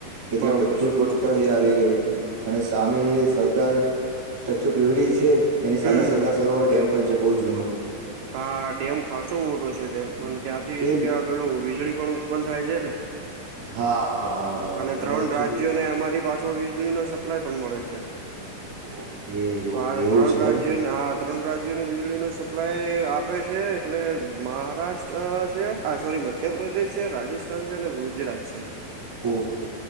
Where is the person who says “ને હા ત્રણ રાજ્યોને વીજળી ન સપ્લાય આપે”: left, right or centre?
Right